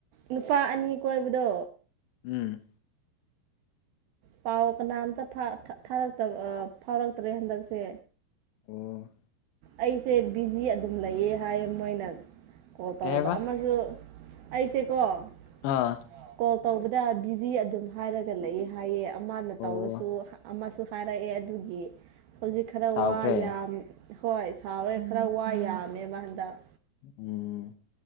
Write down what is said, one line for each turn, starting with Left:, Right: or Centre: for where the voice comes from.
Right: ꯅꯨꯄꯥ ꯑꯅꯤ ꯀꯣꯏꯕꯗꯣ
Left: ꯎꯝ
Right: ꯄꯥꯎ ꯀꯅꯥꯝꯇ ꯊꯥ ꯊꯥ ꯊꯥꯔꯛꯇꯕ ꯑꯥ ꯐꯥꯎꯔꯛꯇ꯭ꯔꯦ ꯍꯟꯗꯛꯁꯦ
Left: ꯑꯣ
Right: ꯑꯩꯁꯦ ꯕꯤꯖꯤ ꯑꯗꯨꯝ ꯂꯩꯌꯦ ꯍꯥꯏ ꯃꯣꯏꯅ ꯀꯣꯜ ꯇꯧꯔꯛꯄ
Left: ꯀꯩ ꯍꯥꯏꯕ
Right: ꯑꯃꯁꯨ ꯑꯩꯁꯦꯀꯣ
Left: ꯑꯥ
Right: ꯑ ꯀꯣꯜ ꯇꯧꯕꯗ ꯕꯤꯖꯤ ꯑꯗꯨꯝ ꯍꯥꯏꯔꯒ ꯂꯩ ꯍꯥꯏꯌꯦ ꯑꯃꯅ ꯇꯧꯔꯁꯨ
Left: ꯑꯣ
Right: ꯑꯃꯁꯨ ꯊꯥꯔꯛꯑꯦ ꯑꯗꯨꯒꯤ ꯍꯧꯖꯤꯛ ꯈꯔ
Left: ꯁꯥꯎꯈ꯭ꯔꯦ
Right: ꯋꯥ ꯌꯥꯝ ꯍꯣꯏ ꯁꯥꯎꯔꯦ ꯈꯔ ꯋꯥ ꯌꯥꯝꯃꯦꯕ ꯍꯟꯗꯛ
Left: ꯎꯝ